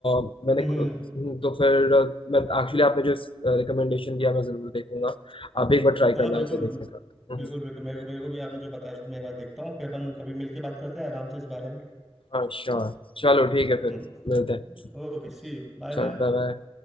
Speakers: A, on the left; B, in the centre.
A: अ, मैंने
B: हम्म हम्म।
A: हम्म, तो फिर अ, मैं एक्चुअली आपने जो रिकमेंडेशन दिया मैं जरूर देखूंगा आप भी एक बार ट्राई
B: हाँ
A: करना
B: बिल्कुल
A: उसे देखने का हम्म,
B: बिल्कुल बिल्कुल मेरे को मेरे को भी आपने जो बताया उसको मैं एक बार देखता हूँ फिर अपन कभी मिलके बात करते हैं आराम से इस बारे में
A: हाँ श्योर चलो ठीक है फिर
B: हम्म
A: मिलते हैं
B: Okay see you bye
A: चलो
B: bye
A: बाय बाय